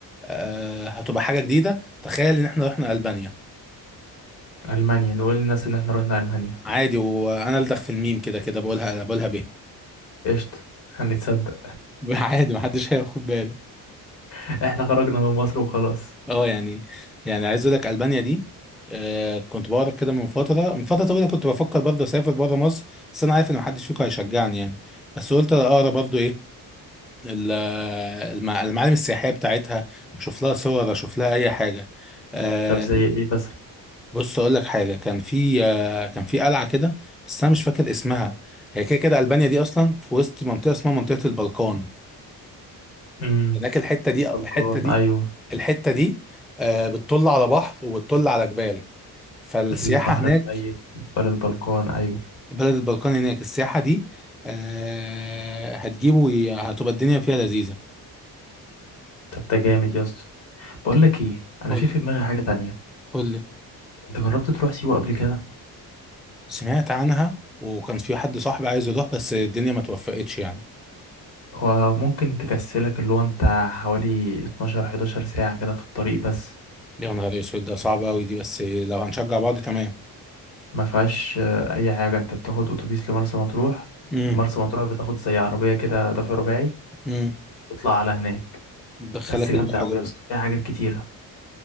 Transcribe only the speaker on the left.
ألمانيا نقول للناس إن إحنا رحنا ألمانيا
قشطة هنتصدق
<laughs> إحنا خرجنا من مصر وخلاص
طب زي إيه بس
امم
البلقان
أيوة
البحر
الميت جبال البلقان أيوة
طب ده جامد يا اسطى بقول لك إيه أنا
في في دماغي حاجة تانية
أنت جربت تروح سيوة قبل كده؟
هو ممكن تكسلك اللي هو أنت حوالي 12 11 ساعة كده في الطريق بس
ما فيهاش آه، اي حاجه انت بتاخد اتوبيس لمرسى مطروح
ومرسى مطروح بتاخد زي عربيه كده دفع رباعي
تطلع على هناك
بس جامده
قوي
يا اسطى فيها حاجات كتيره